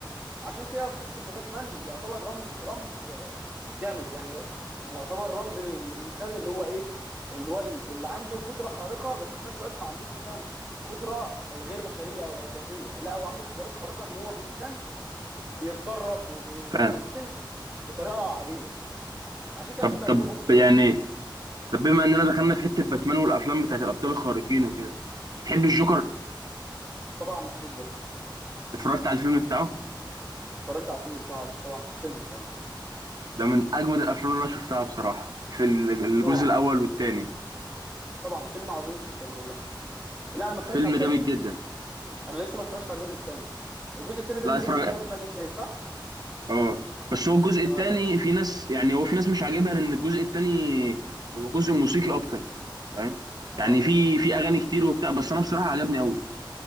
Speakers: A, on the right; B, on the right.
A: عشان كده بحس ان باتمان يعتبر رمز رمز جامد يعني يعني يعتبر رمز للانسان اللي هو ايه اللي هو اللي عنده قدره خارقه بس في نفس الوقت ما عندوش مثلا قدره غير بشريه او اعجازيه لا هو عنده قدرات خارقه ان هو انسان بيتدرب وب- وبيتحسن
B: فاهم
A: بطريقه عاديه عشان كده
B: طب
A: بحب افلامه
B: طب
A: جدا
B: يعني
A: يعني
B: طب بما اننا دخلنا في حته باتمان والافلام بتاعت الابطال الخارقين وكده بتحب الجوكر
A: طبعا بحب الجوكر
B: اتفرجت على الفيلم بتاعه
A: اتفرجت على الفيلم بتاعه يا باشا طبعا في السينما كمان
B: ده من اجمد الافلام اللي انا شفتها بصراحه في ال- الجزء
A: طبعا
B: الاول والثاني
A: طبعا فيلم عظيم جدا والله لا انا ما اتفرجتش
B: فيلم
A: على التاني
B: جامد جدا
A: انا لسه ما اتفرجتش على الجزء التاني الجزء التاني ده
B: لا
A: نزل
B: اتفرج
A: السنه اللي فاتت باين صح
B: اه بس هو الجزء
A: اه
B: الثاني في ناس يعني هو في ناس مش عاجبها لان الجزء الثاني هو جزء موسيقي اكتر فاهم يعني
A: اه
B: في
A: اه
B: في اغاني كتير وبتاع بس انا بصراحه عجبني قوي